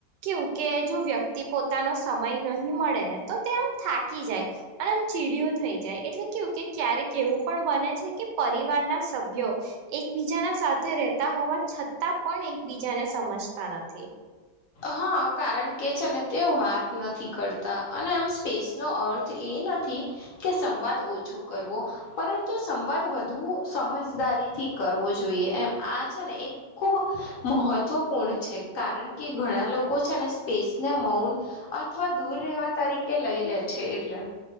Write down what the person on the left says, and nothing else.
હા, કારણ કે છે ને તેઓ વાત નથી કરતા અને આમ સ્પેસ નો અર્થ એ નથી, કે સંવાદ ઓછો કરવો પરંતુ સંવાદ વધુ સમજદારી થી કરવો જોઈએ એમ આ છેને, એ ખૂબ મહત્ત્વપૂર્ણ છે, કારણ કે કે ઘણા લોકો છે, અને સ્પેસને મૌન અથવા દૂર રહેવા તરીકે લઈ એટલે છે, એટલે